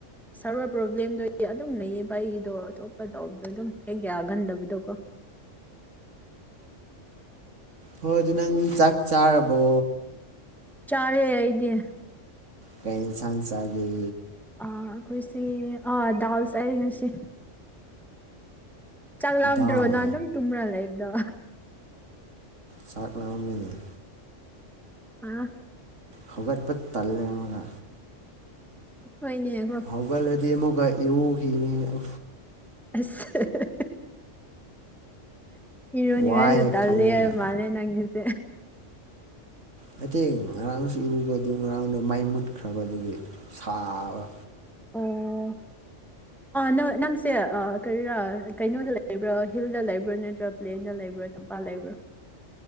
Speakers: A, in the centre; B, on the right (about 70°).
A: ꯁꯥꯔꯋꯥꯔ ꯄ꯭ꯔꯣꯕ꯭ꯂꯦꯝꯗꯨꯣ ꯑꯗꯨꯝ ꯂꯩꯌꯦ ꯑꯩ ꯑꯩꯒꯤꯗꯣ ꯑꯇꯣꯞꯄ ꯇꯧꯕꯗꯣ ꯑꯗꯨꯝ ꯍꯦꯛ ꯌꯥꯒꯟꯗꯕꯗꯣꯀꯣ
B: ꯍꯣꯏꯗꯤ ꯅꯪ ꯆꯥꯛ ꯆꯥꯔꯕꯣ
A: ꯆꯥꯔꯦ ꯑꯩꯗꯤ
B: ꯀꯥꯏ ꯏꯟꯁꯥꯡꯁꯒꯦ
A: ꯑꯩꯈꯣꯏꯁꯦ ꯗꯥꯎꯁ ꯑꯩ ꯉꯁꯤ ꯆꯥꯛꯂꯝꯝꯗ꯭ꯔꯣ
B: ꯗꯥꯜ
A: ꯅ ꯑꯗꯨꯝ ꯇꯨꯝꯔ ꯂꯩꯕꯗꯣ
B: ꯆꯥꯛꯂꯝꯃꯤꯅꯦ
A: ꯑ <inaudible>
B: ꯍꯧꯒꯠꯄ ꯇꯜꯂꯦ ꯑꯃꯒ
A: ꯍꯣꯏꯅꯦ
B: ꯍꯧꯒꯠꯂꯗꯤ ꯑꯃꯨꯛꯀ ꯏꯔꯨꯈꯤꯅꯤ ꯑ
A: ꯑꯁ <inaudible> ꯏꯔꯣꯅꯤ
B: ꯋꯥꯏꯌꯦ
A: ꯉꯥꯏꯁꯨ ꯇꯂꯦ
B: ꯈꯜꯂꯒ
A: ꯃꯥꯅꯦ ꯅꯪꯒꯤꯁꯦ
B: ꯃꯇꯠꯇꯦꯡ ꯉꯔꯥꯡꯁꯨ ꯎꯔꯨꯕꯗꯨ ꯉꯔꯥꯡꯗꯨ ꯃꯥꯏ ꯃꯨꯠꯈ꯭ꯔꯕ ꯑꯗꯨꯒꯤ ꯁꯥꯕ
A: ꯎ ꯅꯪ ꯅꯪꯁꯦ ꯀꯔꯤꯔꯥ ꯀꯩꯅꯣꯗ ꯂꯩꯕ꯭ꯔꯥ ꯍꯤꯜꯗ ꯂꯩꯕ꯭ꯔꯥ ꯅꯠꯇ꯭ꯔ ꯄ꯭ꯂꯦꯟꯗ ꯂꯩꯕ꯭ꯔꯥ ꯊꯝꯄꯥꯛꯜ ꯂꯩꯕ꯭ꯔꯥ